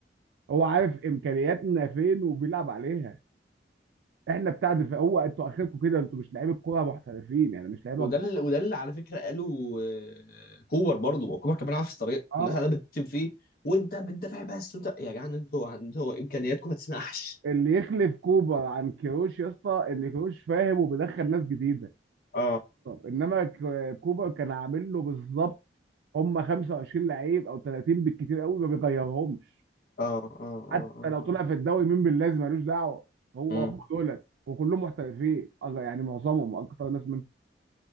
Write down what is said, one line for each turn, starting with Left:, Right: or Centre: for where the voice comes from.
Right: هو عارف امكانياتنا فين وبيلعب عليها احنا بتاع دفاع هو انتوا اخركم كده انتوا مش لعيبه كوره محترفين يعني مش لعيبه
Left: وده
Right: كبار.
Left: اللي وده اللي على فكره قالوا آه، كوبر برضه ما هو كوبر كان بيلعب في الطريق
Right: اه
Left: والناس قاعده بتشتم فيه وانت بتدافع بس وانت يا جدعان انتوا انتوا امكانياتكم ما تسمحش
Right: اللي يخلف كوبر عن كروش يا اسطى ان كروش فاهم وبيدخل ناس جديده
Left: اه
Right: انما ك- كوبر كان عامل له بالظبط هم 25 لعيب او 30 بالكتير قوي ما بيغيرهمش
Left: اه اه
Right: حتى
Left: اه اه
Right: لو طلع
Left: اه
Right: في الدوري مين باللازم ملوش دعوه هو
Left: امم
Right: هم دولت وكلهم محترفين أغ- يعني معظمهم اكتر ناس منهم